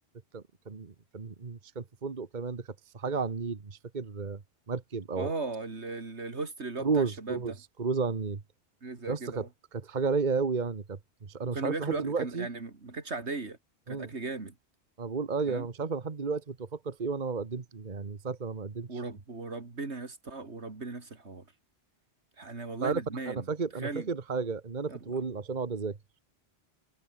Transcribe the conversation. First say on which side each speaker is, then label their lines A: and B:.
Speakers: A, on the right; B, on the right.
A: كان كان كان مش كان في فندق كمان ده كانت في حاجة على النيل مش فاكر آه، مركب أو
B: اه ال- ال- الهوستل اللي
A: كروز
B: هو بتاع الشباب
A: كروز
B: ده
A: كروز على النيل
B: حاجه زي
A: يا اسطى
B: كده
A: كانت
B: اه
A: كانت حاجة رايقة أوي يعني كانت مش أنا
B: وكانوا
A: مش عارف
B: بياكلوا
A: لحد دلوقتي
B: أكل كان يعني ما كانتش عاديه كانت
A: مم.
B: اكل جامد
A: أنا بقول أه يا-
B: فاهم
A: أنا مش عارف أنا لحد دلوقتي كنت بفكر في إيه وأنا ما قدمت يعني ساعة لما ما قدمتش
B: ورب
A: فيه
B: وربنا يا اسطى وربنا نفس الحوار انا والله
A: أنت عارف
B: ندمان
A: أنا أنا فاكر
B: تخيل
A: أنا فاكر حاجة إن أنا كنت
B: يلا
A: بقول عشان أقعد أذاكر